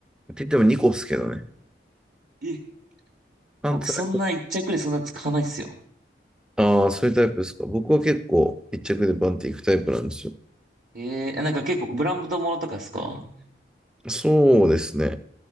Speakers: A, in the centre; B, on the right.
A: て言っても2個ですけどね。
B: え、
A: パンツは
B: 僕そんな一着でそんな使わないっすよ。
A: ああ、そういうタイプですか。僕は結構一着でバンっていくタイプなんですよ。
B: えー、なんか結構ブランドものとかですか
A: そうですね。